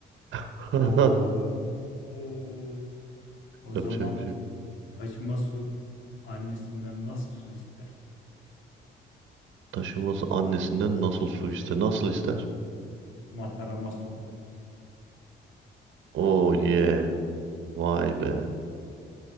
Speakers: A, on the right (about 70°); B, on the left (about 75°).
A: <laughs>
B: Of. Of. O
A: Yapacak
B: zaman
A: bir şey. yok.
B: taşıma su annesinden nasıl su ister?
A: <clears throat> Taşıması annesinden nasıl su ister? Nasıl ister?
B: Matarama suko.
A: Oh yeah. Vay be.